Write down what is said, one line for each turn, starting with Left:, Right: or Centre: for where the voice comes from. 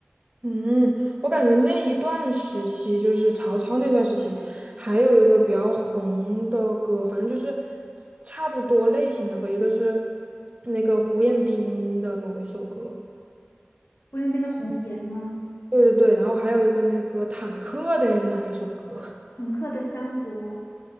Right: 嗯，我感觉那一段时期，就是曹操那段时期，还有一个比较红的歌，反正就是差不多类型的歌，一个是那个胡彦斌的某一首歌，
Left: 胡彦斌的《红颜》吗？
Right: 对对对，然后还有一个那个坦克的哪一首歌，
Left: 朋克的《三国》